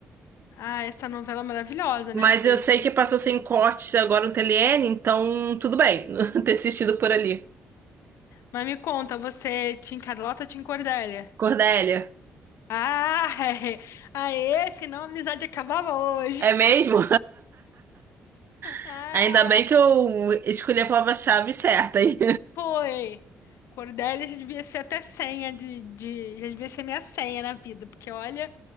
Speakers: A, on the left; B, on the right.
A: Ah, essa novela é maravilhosa,
B: Mas
A: né? Cês-
B: eu sei que passou sem cortes agora no TLN, então tudo bem <laughs> ter assistido por ali.
A: Mas me conta, você Tim Carlota, Tim Cordélia?
B: Cordélia,
A: Ah, <laughs> é. Aê, senão a amizade acabava hoje.
B: é mesmo?
A: <laughs>
B: <laughs>
A: Ah,
B: Ainda bem que eu escolhi a palavra-chave certa aí.
A: foi. Cordélia já devia ser até senha de, de... Já devia ser minha senha na vida, porque olha,